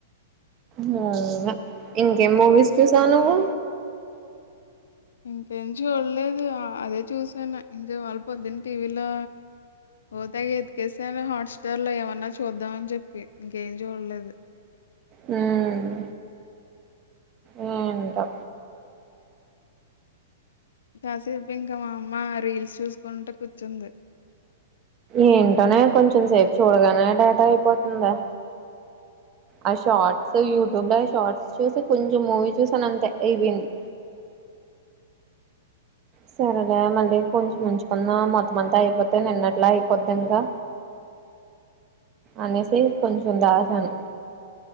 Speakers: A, on the right; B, on the left.
A: మ్ ఇంకేం మూవీస్ చూసావ్ నువ్వు
B: ఇంకెం చుల్లేదు అదే చూసాను ఇంకి వాళ్ళపోదున టీవీలో పోఓతేగ ఎతికేస్తాను హాట్స్టార్ లో ఏమన్నా చూద్దామని చెప్పి ఇంకేం చూడలేదు
A: మ్ ఏేంటో
B: కాసేపు ఇంకా మా అమ్మ రీల్స్ చూసుకుంట కూర్చుంది
A: ఏంటోనే కొంచెం సేపు చూడగానే డేటా అయిపోతుందా ఆ శషోట్స్ యుట్యూబ్లై షార్ట్స్ చూసి కొంచెం మూవీ చూసనంతె అయిపోంది సరేగా మళ్ళీ కొంచెం ముంచుకుంద మొత్తం అంతా అయిపోద్ నిన్నట్లా అయిపోాదన్ గ అన్నసే కొంచం దాసను